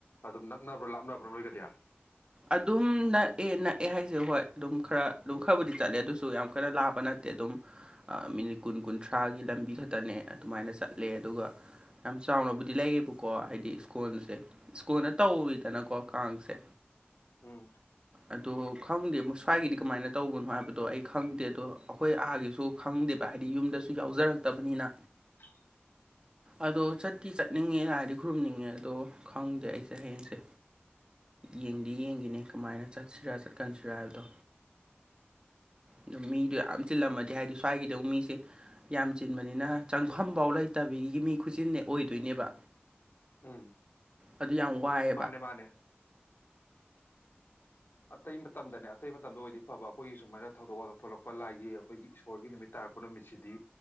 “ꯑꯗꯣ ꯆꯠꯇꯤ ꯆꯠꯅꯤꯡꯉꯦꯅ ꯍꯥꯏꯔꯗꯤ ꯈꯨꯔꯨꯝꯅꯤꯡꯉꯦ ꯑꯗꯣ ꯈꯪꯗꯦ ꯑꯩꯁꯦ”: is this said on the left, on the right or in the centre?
Right